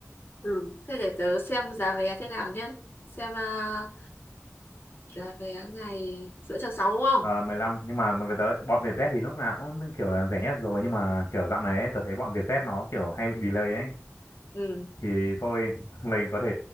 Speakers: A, on the left (about 40°); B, on the left (about 75°).
A: Ừ, thế để tớ xem giá vé thế nào nhé. Xem à, giá vé ngày giữa tháng sáu đúng không?
B: Ờ, 15 nhưng mà nó về tới bọn Vietjet thì lúc nào cũng kiểu là rẻ nhất rồi nhưng mà kiểu dạo này ấy, tôi thấy bọn Vietjet nó kiểu hay bị delay ấy
A: Ừ,
B: thì thôi mình có thể